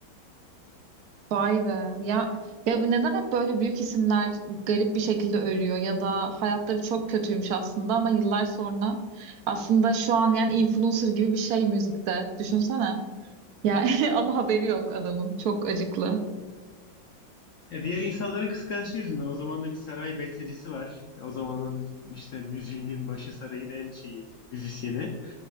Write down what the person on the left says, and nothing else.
Ya diğer insanların kıskançlığı yüzünden. O zaman da bir saray bestecisi var. O zamanın işte müziğinin başı sarayın en şeyi, müzisyeni.